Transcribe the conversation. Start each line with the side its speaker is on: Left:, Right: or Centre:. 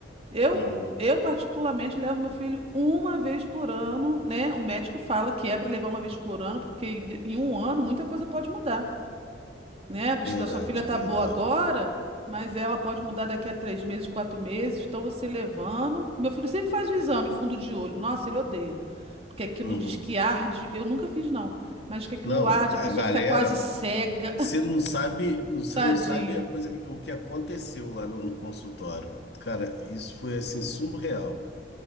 Right: Eu,
Left: Uhum.
Right: eu particularmente levo meu filho uma vez por ano, né? O médico fala que é para levar uma vez por ano, porque em em um ano muita coisa pode mudar, né? O vestido
Left: Verdade,
Right: da sua filha tá
Left: verdade.
Right: boa agora, mas ela pode mudar daqui a três meses, quatro meses. Então você levando. Meu filho sempre faz o exame fundo de olho. Nossa, ele odeia. Porque aquilo
Left: Uhum.
Right: diz que arde. Eu nunca fiz, não. Mas que aquilo
Left: Não,
Right: arde,
Left: a
Right: a pessoa
Left: galera,
Right: fica quase cega.
Left: você
Right: <laughs>
Left: não sabe, você
Right: Tadinho.
Left: não sabe a coisa, o que aconteceu lá no no consultório. Cara, isso foi assim surreal.